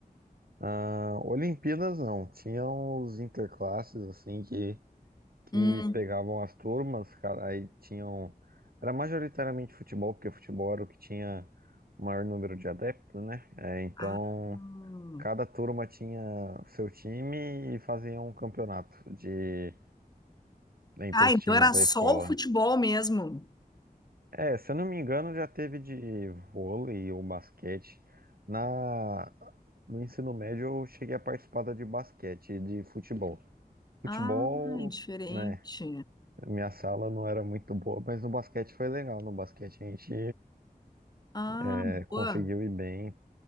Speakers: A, on the right (about 70°); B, on the left (about 25°).
A: Ah, Olimpíadas não. Tinha os interclasses, assim, que que
B: Hum.
A: pegavam as turmas, cara, aí tinham. Era majoritariamente futebol, porque futebol era o que tinha o maior número de adeptos, né? É, então,
B: Ah, hum.
A: cada turma tinha o seu time e fazia um campeonato de entre
B: Ah,
A: os
B: então
A: times
B: era
A: da
B: só
A: escola.
B: o futebol mesmo.
A: É, se eu não me engano, já teve de vôlei ou basquete. Na... No ensino médio, eu cheguei a participar da de basquete e de futebol. Futebol.
B: Ah, é diferente.
A: né? Minha sala não era muito boa, mas no basquete foi legal. No basquete a gente
B: Ah,
A: é, conseguiu
B: boa.
A: ir bem,